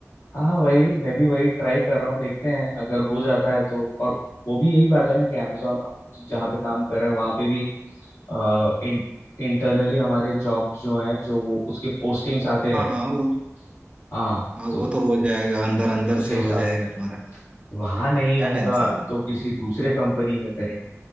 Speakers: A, on the left (about 55°); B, on the right (about 20°).
A: हाँ वही मैं भी वही ट्राई कर रहा हूँ देखते हैं अगर हो जाता है तो और वो भी यही बात है ना कि अमेजोन हम जहाँ पे काम कर रहे हैं वहाँ पे भी आ, इन, इंटरनली हमारे जॉब जो है जो वो उसके पोस्टिंग्स आते रहते
B: हाँ हाँ
A: हैं
B: वो
A: हाँ
B: हाँ
A: तो
B: वो तो हो जाएगा अंदर अंदर
A: उसी
B: से
A: हिसाब
B: हो जाएगा
A: से
B: तुम्हारा
A: वहां नहीं
B: क्या
A: होगा
B: टेंशन है
A: तो किसी दूसरे कंपनी में करेंगे